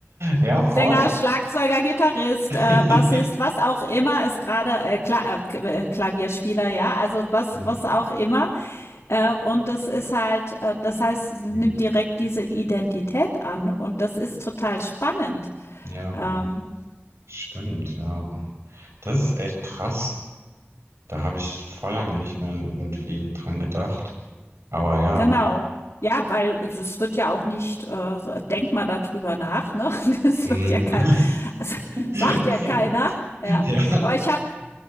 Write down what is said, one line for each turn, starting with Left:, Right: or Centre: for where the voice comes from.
Right: ja, voll.
Left: Sänger, Schlagzeuger, Gitarrist,
Right: <laughs>
Left: äh, Bassist, was auch immer ist gerade äh, Kla äh, Klavierspieler, ja, also was
Right: Mhm.
Left: was auch immer. Äh, und das ist halt, äh, das heißt, nimmt
Right: Mhm.
Left: direkt diese Identität an und das ist total spannend.
Right: Ja,
Left: Ähm,
Right: hm. stimmt, ja. Das ist echt krass. Da habe ich vor lange nicht mehr irgendwie dran gedacht. Aber ja.
Left: genau. Ja, weil es wird ja auch nicht, äh, so- denk mal darüber nach, ne? <laughs> Das
Right: Mhm.
Left: wird ja kein, es
Right: <laughs>
Left: sagt ja keiner,
Right: Ja.
Left: ja. Aber ich habe